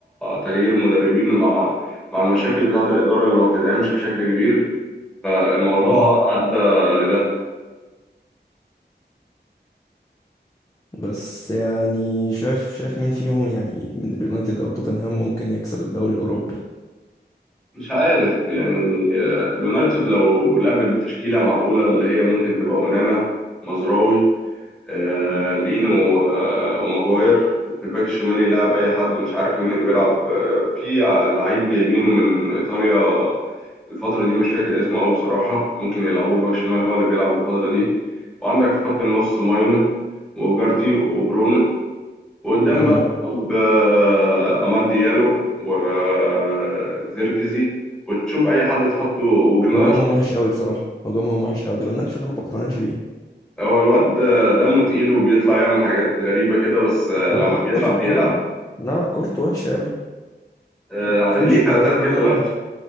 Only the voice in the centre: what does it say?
تغيير المدربين مع مع المشاكل بتاعه الاداره اللي ما بتدعمش بشكل كبير فالموضوع
ادى لده
مش عارف يعني آه، اليونايتد لو لعبت بتشكيلة معقولة اللي هي ممكن تبقى ونانا مزراوي آه، لينو آه، وماجواير وفي الباك الشمال يلعب أي حد مش عارف مين اللي بيلعب آه، في ع- لعيب جايبينه من إيطاليا الفترة دي مش فاكر اسمه أوي بصراحة ممكن يلعبوه باك شمال هو اللي بيلعب الفترة دي وعندك في خط النص ماينو وجارتي وبرونو وقدام
بقى بأماد ديالو وزيركزي وتشوف أي حد تحطه وجرناتشو
هو الواد آه، دمه تقيل وبيطلع يعمل حاجات غريبة كده بس آه،
لما بيلعب
بيلعب
آه،
ليه فلاتات
كده
لو